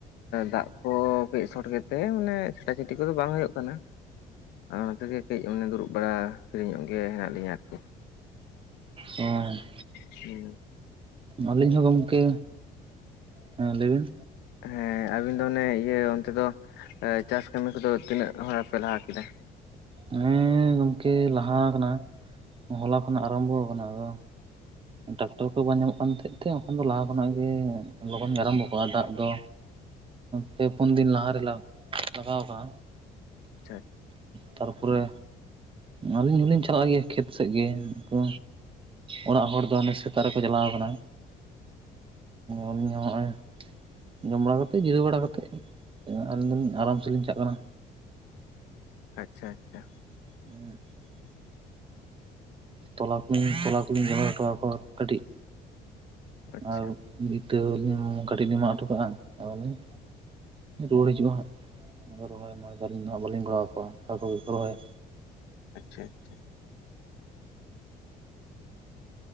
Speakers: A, on the left; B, on the right.
A: ᱫᱟᱜ ᱠᱚ ᱠᱟᱹᱡ ᱥᱚᱴ ᱜᱮᱛᱮ ᱢᱟᱱᱮ ᱪᱷᱟᱸᱴᱟ ᱪᱷᱟᱸᱴᱤ ᱠᱚᱫᱚ ᱵᱟᱝ ᱦᱩᱭᱩᱜ ᱠᱟᱱᱟ᱾ ᱟᱫᱚ ᱱᱚᱛᱮᱜᱮ ᱠᱟᱹᱡ ᱢᱟᱱᱮ ᱫᱩᱲᱩᱵ ᱵᱟᱲᱟ ᱯᱷᱤᱨᱤᱧᱚᱜ ᱜᱮ ᱦᱮᱱᱟᱜ ᱞᱤᱧᱟᱹ ᱟᱨᱠᱤ᱾
B: ᱚᱸ᱾
A: ᱦᱩᱸ
B: ᱟᱹᱞᱤᱧ ᱦᱚᱸ ᱜᱚᱝᱠᱮ, ᱦᱮᱸ ᱞᱟᱹᱭ ᱵᱤᱱ᱾
A: ᱦᱮᱸ ᱟᱵᱤᱱ ᱫᱚ ᱚᱱᱮ ᱤᱭᱟᱹ ᱚᱱᱛᱮ ᱫᱚ ᱪᱟᱥ ᱠᱟᱹᱢᱤ ᱠᱚᱫᱚ ᱛᱤᱱᱟᱹᱜ ᱦᱚᱲᱟ ᱯᱮ ᱞᱟᱦᱟ ᱠᱮᱫᱟ?
B: ᱦᱮᱸ ᱜᱚᱝᱠᱮ ᱞᱟᱦᱟ ᱟᱠᱟᱱᱟ ᱦᱚᱞᱟ ᱠᱷᱚᱱᱟᱜ ᱟᱨᱟᱢᱵᱷᱚ ᱟᱠᱟᱱᱟ ᱟᱫᱚ᱾ ᱴᱟᱠᱴᱚᱨ ᱠᱚ ᱵᱟᱝ ᱧᱟᱢᱚᱜ ᱠᱟᱱ ᱛᱟᱦᱮᱸᱫ ᱛᱮ ᱵᱟᱠᱷᱟᱱ ᱫᱚ ᱞᱟᱦᱟ ᱠᱷᱚᱱᱟᱜ ᱜᱮ ᱞᱚᱜᱚᱱ ᱜᱮ ᱟᱨᱟᱢᱵᱷᱚ ᱠᱚᱜᱼᱟ᱾ ᱫᱟᱜ ᱫᱚ ᱯᱮ ᱯᱩᱱ ᱫᱤᱱ ᱞᱟᱦᱟ ᱨᱮᱞᱮ ᱞᱟᱜᱟᱣ ᱠᱟᱜᱼᱟ᱾
A: ᱟᱪᱪᱷᱟ
B: ᱛᱟᱨ ᱯᱚᱨᱮ᱾ ᱟᱹᱞᱤᱧ ᱦᱩᱞᱤᱧ ᱪᱟᱞᱟᱜ ᱜᱮᱭᱟ ᱠᱷᱮᱛ ᱥᱮᱫ ᱜᱮ ᱩᱱᱠᱩ ᱚᱲᱟᱜ ᱦᱚᱲ᱾ ᱦᱟᱱᱮ ᱥᱮᱛᱟᱜ ᱨᱮᱠᱚ ᱪᱟᱞᱟᱣ ᱟᱠᱟᱱᱟ ᱟᱞᱤᱧ ᱦᱚᱸ ᱦᱚᱸᱜ ᱚᱭ ᱡᱚᱢ ᱵᱟᱲᱟ ᱠᱟᱛᱮᱫ ᱡᱤᱨᱟᱹᱣ ᱵᱟᱲᱟ ᱠᱟᱛᱮᱫ ᱟᱹᱞᱤᱧ ᱫᱚᱞᱤᱧ ᱟᱨᱟᱢ ᱥᱮᱫ ᱞᱤᱧ ᱪᱟᱞᱟᱜ ᱠᱟᱱᱟ᱾
A: ᱟᱪᱪᱷᱟ ᱟᱪᱪᱷᱟ᱾
B: <unintelligible> ᱛᱚᱞᱟ ᱠᱚᱞᱤᱧ ᱛᱚᱞᱟ ᱠᱚᱞᱤᱧ ᱜᱮᱢᱮᱨ ᱚᱴᱚᱣ ᱟᱠᱚᱣᱟ ᱠᱟᱹᱴᱤᱡ᱾
A: ᱟᱪᱪᱷᱟ
B: ᱟᱨ ᱵᱷᱤᱛᱟᱹ ᱦᱚᱸᱞᱤᱧ ᱠᱟᱹᱴᱤᱡ ᱞᱤᱧ ᱢᱟᱜ ᱦᱚᱴᱚ ᱠᱟᱜᱼᱟ ᱟᱞᱤᱧ᱾ ᱨᱩᱣᱟᱹᱲ ᱦᱤᱡᱩᱜᱼᱟ ᱦᱟᱸᱜ ᱟᱫᱚ ᱨᱚᱦᱚᱭ ᱢᱚᱦᱚᱭ ᱫᱚ ᱟᱹᱞᱤᱧ ᱫᱚ ᱦᱟᱸᱜ ᱵᱟᱹᱞᱤᱧ ᱜᱚᱲᱚᱣ ᱟᱠᱚᱣᱟ ᱟᱠᱟ ᱜᱮᱠᱚ ᱨᱚᱦᱚᱭᱟ᱾
A: ᱟᱪᱪᱷᱟ ᱟᱪᱪᱷᱟ᱾